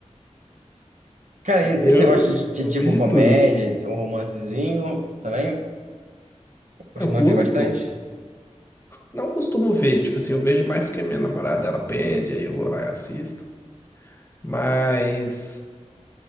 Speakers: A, on the right (about 85°); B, on the left (about 20°).
A: Cara, e,
B: Eu,
A: e você gosta de, de,
B: eu
A: tipo
B: vejo
A: comédia
B: de tudo.
A: ou romancezinho também? Costuma
B: Eu curto,
A: ver bastante?
B: pô. Não costumo ver, tipo assim, eu vejo mais porque minha namorada ela pede, aí eu vou lá e assisto. Mas